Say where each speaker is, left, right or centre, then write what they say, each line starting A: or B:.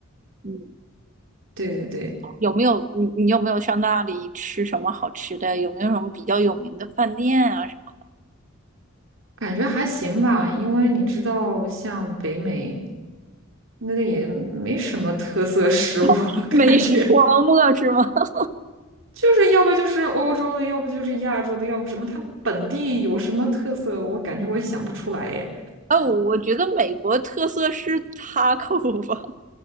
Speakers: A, on the right; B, on the right.
A: 嗯。
B: 对对对，
A: 有没有你你有没有上那里吃什么好吃的？有没有什么比较有名的饭店啊？什么
B: 感觉还行吧，因为你知道，像北美，那个也没什么特色食物，<laughs>
A: <laughs>
B: 感觉。
A: 美食荒漠是吗？<laughs>
B: 就是要不就是欧洲的，要不就是亚洲的，要不什么，他们本地有什么特色，我感觉我也想不出来耶。
A: 哎，我我觉得美国特色是他 a 吧。